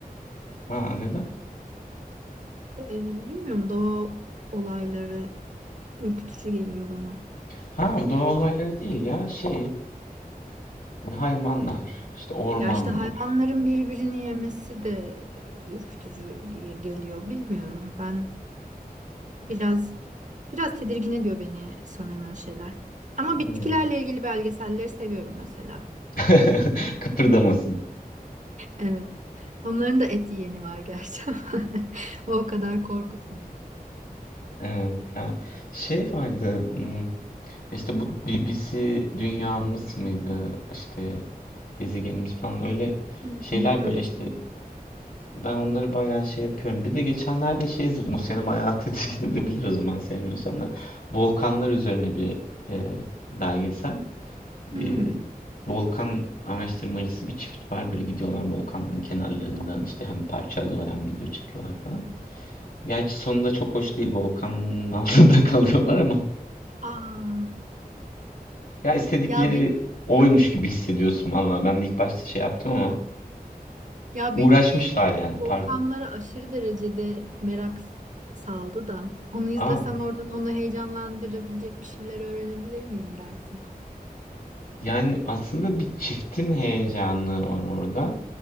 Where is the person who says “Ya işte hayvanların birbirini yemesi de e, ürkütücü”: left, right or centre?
Right